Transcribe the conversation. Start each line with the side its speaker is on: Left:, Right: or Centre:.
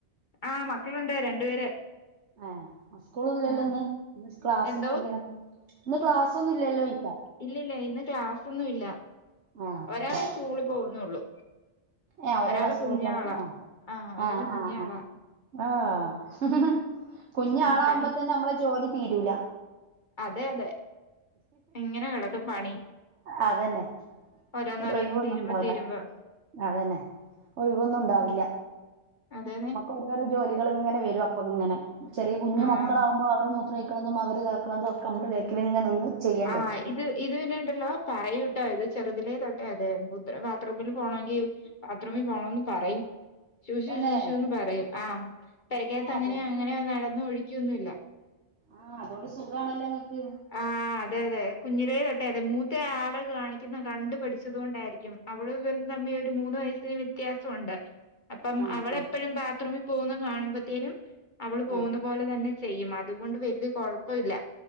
Left: ആഹ് മക്കളുണ്ട് രണ്ടുപേര്
Right: ആഹ് സ്കൂള് ഇല്ലല്ലോ
Left: ആഹ്
Right: ഇന്ന് ക്ലാസ്
Left: എന്തോ
Right: ഒന്നും ഇല്ല ഇന്ന് ക്ലാസ് ഒന്നും ഇല്ലല്ലോഴ്ക്ക
Left: ഇല്ല ഇല്ല ഇന്ന് ക്ലാസൊന്നും ഇല്ല
Right: ആഹ്
Left: ഒരാളെ സ്കൂളിൽ പോകുന്നുള്ളു
Right: ഏഹ് ഒരാളാ
Left: ഒരാള്
Right: സ്കൂള്
Left: കുഞ്ഞ്
Right: പോണെ
Left: ആളാ
Right: ആഹ്
Left: ആഹ് ഒരാള് കുഞ്ഞ്
Right: ആഹ്
Left: ആളാ
Right: ആഹ് ആഹ് കുഞ്ഞ് ആളാവുമ്പോ
Left: പണി
Right: തന്നെ നമ്മളെ ജോലി തീരൂല
Left: അതെ അതെ ഇങ്ങനെ കിടക്കും പണി
Right: അതന്നെ
Left: ഓരോന്നോരോന്ന്
Right: ഒരു ഒഴിവൊന്നും
Left: തീരുമ്പോ
Right: ഇണ്ടാവില്ല
Left: തീരുമ്പോ
Right: അതന്നെ ഒഴിവൊന്നും ഉണ്ടാവില്ല
Left: അതെന്നെ
Right: അന്നേരം ജോലികൾ ഇങ്ങനെ വെരും അപ്പ ഇങ്ങനെ ചെറിയ കുഞ്ഞ്
Left: ആഹ്
Right: മക്കളാകുമ്പോ അവര് മു ത്ര ഒഴിക്കുന്നതും അവരിതാക്ക്‌ണതും ഒക്ക നമ്മള് ബേക്കിലിങ്ങനെ നിന്ന് ചെയ്യണ്ടേ
Left: ആഹ് ഇത് ഇതിന്നിണ്ടല്ലോ പറയൂട്ടോ ഇത് ചെറുതിലെ തോ അതെ അതെ മുദ്ര ബാത്റൂമിൽ പോകണോങ്കിൽ ബാത്റൂമിൽ പോണംന്ന് പറയും ശുഷു
Right: തന്നെ
Left: ശുഷുന്ന് പറയും ആഹ് പെരക്കേത്ത്
Right: ആ
Left: അങ്ങനെയോ
Right: അത്
Left: അങ്ങനെയ നടന്നു ഒഴിക്കുവൊന്നുംല്ല
Right: ആഹ് അതോണ്ട് സുഖാണല്ലോ ങ്ങക്ക്
Left: ആഹ് അതെ അതെ കുഞ്ഞിരേ തൊട്ടെ അതെ മൂത്ത ആളെ കാണിക്കുന്ന കണ്ടുപഠിച്ചത് കൊണ്ടായിരിക്കും അവളുംവിള് ഇവെരും തമ്മി ഒരു മൂന്ന് വയസ്സിന് വ്യത്യാസുണ്ട് അപ്പം
Right: ആ ആ
Left: അവളെപ്പഴും ബാത്റൂമിൽ പോകുന്ന കാണുമ്പത്തേനും അവള് പോകുന്ന
Right: ആ
Left: പോലെ തന്നെ ചെയ്യും അതുകൊണ്ട് വല്യ കൊഴപ്പ ഇല്ല